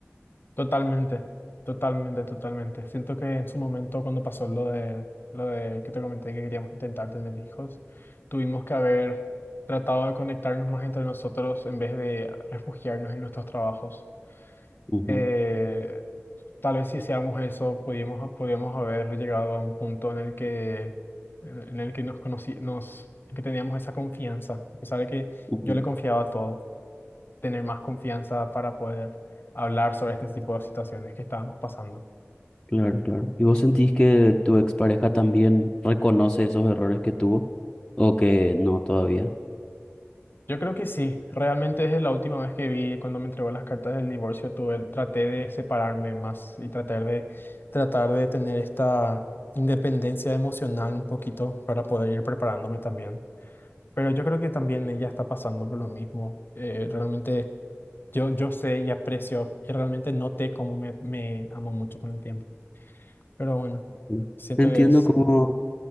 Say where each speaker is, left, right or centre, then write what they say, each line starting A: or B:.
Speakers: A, on the left; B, on the left.
A: Totalmente, totalmente, totalmente. Siento que en su momento cuando pasó lo de, lo de que te comenté que queríamos intentar tener hijos, tuvimos que haber tratado de conectarnos más entre nosotros en vez de refugiarnos en nuestros trabajos.
B: Ujú,
A: eh, tal vez si hacíamos eso, pudimos, podíamos haber llegado a un punto en el que, en el que nos conocí, nos, en que teníamos esa confianza, a pesar de que
B: ujú,
A: yo le confiaba todo, tener más confianza para poder hablar sobre este tipo de situaciones que estábamos pasando.
B: Claro, claro. ¿Y vos sentís que tu expareja también reconoce esos errores que tuvo? ¿O que no todavía?
A: Yo creo que sí, realmente desde la última vez que vi, cuando me entregó las cartas del divorcio, tuve, traté de separarme más y tratar de, tratar de tener esta independencia emocional un poquito para poder ir preparándome también. Pero yo creo que también ella está pasando por lo mismo. Eh, realmente yo, yo sé y aprecio y realmente noté cómo me, me amó mucho con el tiempo. Pero bueno,
B: Mm.
A: siento
B: Entiendo
A: que es
B: cómo...